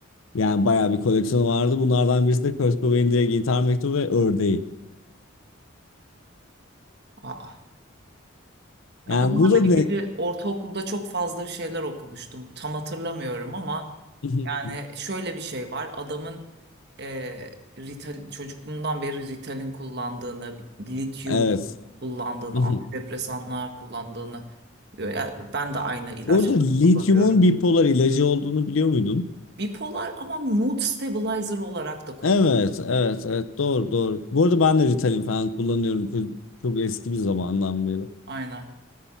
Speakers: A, on the left; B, on the right.
A: Yani bayağı bir koleksiyonu vardı. Bunlardan birisi de Kurt Cobain'in direkt intihar mektubu ve ördeği.
B: Aa.
A: Yani
B: Ya bunlarla
A: bu da ne?
B: ilgili ortaokulda çok fazla bir şeyler okumuştum. Tam hatırlamıyorum ama
A: <laughs>
B: yani şöyle bir şey var. Adamın e, Rital, çocukluğundan beri Ritalin kullandığını, lityum
A: Evet.
B: kullandığını,
A: <laughs> Hı
B: antidepresanlar
A: hı.
B: kullandığını diyor. Yani ben de aynı ilaçları
A: Bu arada lityumun
B: kullanıyorum.
A: bipolar ilacı olduğunu biliyor muydun?
B: Bipolar ama mood stabilizer olarak da kullan.
A: Evet, evet, evet. Doğru, doğru. Bu arada ben de Ritalin falan kullanıyorum. Çok, çok eski bir zamandan beri.
B: Aynen.